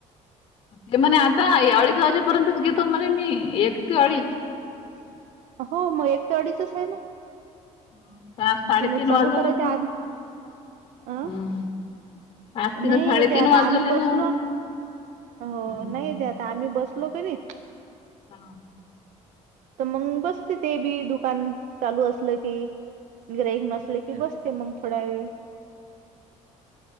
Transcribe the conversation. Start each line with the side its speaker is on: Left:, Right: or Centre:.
Left: ते म्हणे आता अडीच वाजेपर्यंतच घेतो म्हणे मी एक ते अडीच.
Right: हो मग एक ते अडीच आहे ना.
Left: आता आज साडेतीन
Right: तिले चालू
Left: वाजवले
Right: करायच्या
Left: तीन
Right: आधी अं
Left: हम्म आज तिला
Right: नाही
Left: साडेतीन
Right: ते आता
Left: वाजवले
Right: आम्ही
Left: ना
Right: बसलो हो
Left: हम्म
Right: नाही ते आता. आता आम्ही बसलो का नाही.
Left: हा.
Right: तर मग बसते ते बी दुकान चालू असलं की ग्राहक नसल की बसते. ते मग थोडा वेळ-